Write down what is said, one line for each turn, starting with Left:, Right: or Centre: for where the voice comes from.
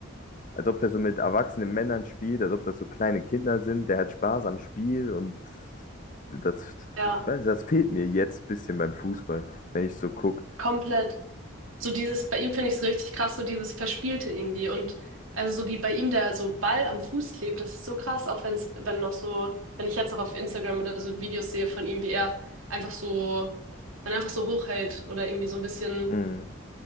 Left: als ob der so mit erwachsenen Männern spielt, als ob das so kleine Kinder sind. Der hat Spaß am Spiel und das,
Right: Ja,
Left: ich weiß nicht, das fehlt mir jetzt ein bisschen beim Fußball, wenn ich so gucke.
Right: komplett. so dieses, bei ihm finde ich es richtig krass, so dieses Verspielte irgendwie. Und also so wie bei ihm der so Ball am Fuß klebt, das ist so krass, auch wenn es, wenn noch so, wenn ich jetzt noch auf Instagram oder so Videos sehe von ihm, wie er einfach so, man einfach so hochhält oder irgendwie so ein bisschen,
Left: Mhm.